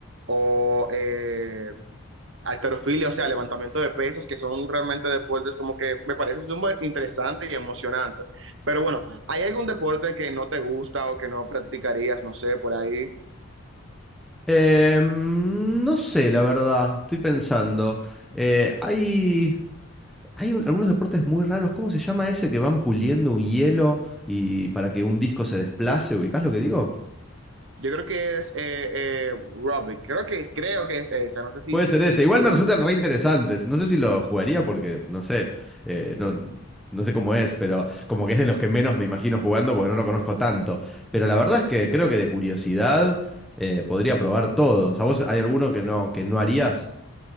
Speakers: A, on the right (about 60°); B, in the centre.
A: o eh, halterofilia, o sea, levantamiento de pesos, que son realmente deportes como que me parecen súper interesantes y emocionantes. Pero bueno, ¿hay algún deporte que no te gusta o que no practicarías, no sé, por ahí?
B: Em, no sé, la verdad, estoy pensando. Eh, hay Hay un- algunos deportes muy raros. ¿Cómo se llama ese que van puliendo un hielo y para que un disco se desplace? ¿Ubicás lo que digo?
A: Yo creo que es eh, eh, Robbie, creo que, creo que es esa, no sé si,
B: Puede
A: si,
B: ser ese. Igual
A: si, si,
B: me resultan re interesantes. No sé si lo jugaría porque no sé, eh, no, no sé cómo es, pero como que es de los que menos me imagino jugando porque no lo conozco tanto. Pero la verdad es que creo que de curiosidad eh, podría probar todos. ¿A vos hay alguno que no, que no harías?